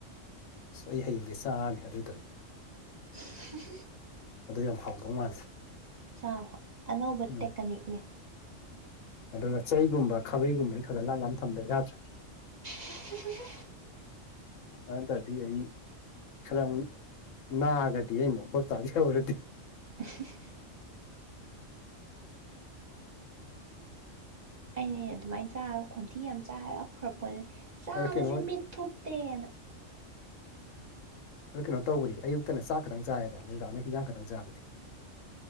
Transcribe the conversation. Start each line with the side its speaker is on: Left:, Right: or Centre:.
Left: ꯑꯁ ꯑꯩ ꯍꯌꯦꯡꯗꯩ ꯆꯥꯔꯅꯤ ꯑꯗꯨꯗꯩ
Right: <unintelligible>
Left: ꯑꯗꯨ ꯌꯥꯝ ꯍꯥꯎꯗꯧ ꯃꯥꯜꯂꯦ
Right: ꯆꯥꯎ ꯑꯅꯧꯕ
Left: ꯎꯝ
Right: ꯇꯦꯛꯀꯅꯤꯛꯅꯦ
Left: ꯑꯗꯨꯒ ꯆꯩꯒꯨꯝꯕ ꯈꯥꯕꯩꯒꯨꯝꯕꯩ ꯈꯔꯛ ꯈꯔꯛ ꯂꯥꯞ ꯂꯥꯞꯅ ꯊꯝꯗ ꯌꯥꯗ꯭ꯔ‌ꯦ
Right: <unintelligible>
Left: ꯅꯠꯇ꯭ꯔꯗꯤ ꯑꯩ ꯈꯔꯝ ꯅꯥꯒꯗꯤ <unintelligible> ꯌꯧꯔꯗꯤ
Right: <unintelligible> ꯑꯩꯅ‌ꯦ ꯑꯗꯨꯃꯥꯏꯅ ꯆꯥꯒ ꯈꯣꯟꯊꯤ ꯌꯥꯝ ꯆꯥꯔꯞꯈ꯭ꯔꯄꯣꯠꯅꯤ ꯆꯥꯕꯁꯦ
Left: ꯑꯗꯣ ꯀꯩꯅꯣ
Right: ꯃꯤꯠ ꯊꯨꯞꯇꯦꯅ
Left: ꯑꯗꯨ ꯀꯩꯅꯣ ꯇꯧꯕꯗꯤ ꯑꯌꯨꯛꯇꯅ ꯆꯥꯛ ꯈꯇꯪ ꯆꯥꯔꯦꯗꯅ ꯅꯨꯃꯤꯗꯥꯡꯗꯅ ꯍꯤꯟꯖꯥꯡ ꯈꯛꯇꯪ ꯆꯥꯕꯗꯤ